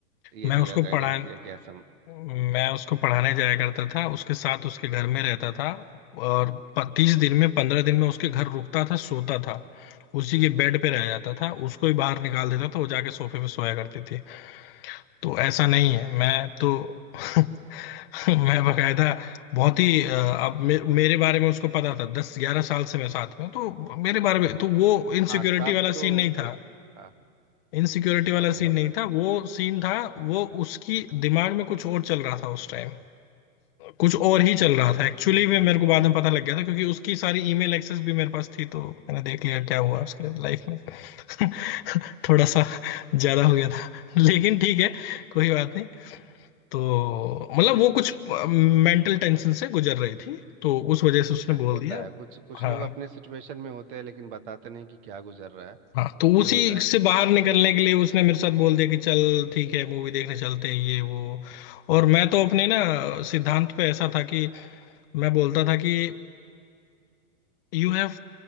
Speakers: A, on the right (about 35°); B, on the left (about 40°).
A: ये
B: मैं
A: दिया
B: उसको पढ़ा
A: गाइडेंस दिया कि ऐसा हाँ
B: मैं उसको पढ़ाने जाया करता था उसके साथ उसके घर में रहता था और तीस दिन में पंद्रह दिन में उसके घर रुकता था सोता था उसी के बेड पे रह जाता था उसको ही बाहर निकाल देता था वो जाके सोफे पे सोया करती थी तो ऐसा नहीं है मैं तो <laughs> मैं बकायदा बहुत ही अ, अब मे, मेरे बारे में उसको पता था दस ग्यारह साल से मैं साथ में हूं, तो मेरे बारे में तो वो इनसिक्योरिटी
A: हाँ तब
B: वाला
A: तो
B: सीन नहीं था
A: फिर हाँ
B: इनसिक्योरिटी
A: तब
B: वाला सीन
A: वो अलग
B: नहीं था
A: है।
B: वो सीन था वो उसकी दिमाग में कुछ और चल रहा था उस टाइम कुछ और ही चल रहा था एक्चुअली में मेरे को बाद में पता लग गया था क्योंकि उसकी सारी ईमेल एक्सेस भी मेरे पास थी तो मैंने देख लिया क्या हुआ उसके लाइफ में <laughs> थोड़ा सा ज्यादा हो गया था लेकिन ठीक है कोई बात नहीं तो मतलब वो कुछ मेंटल टेंशन से गुजर रही थी तो उस वजह से उसने
A: अच्छा,
B: बोल
A: होता
B: दिया
A: है कुछ कुछ
B: हाँ
A: लोग अपने सिचुएशन में होते हैं लेकिन बताते नहीं कि क्या गुजर रहा है
B: हाँ तो
A: ये
B: उसी
A: होता
B: से
A: है
B: बाहर निकलने
A: ये
B: के लिए उसने मेरे साथ बोल दिया कि चल ठीक है मूवी देखने चलते हैं ये वो और मैं तो अपने ना सिद्धांत पे ऐसा था कि मैं बोलता था कि you have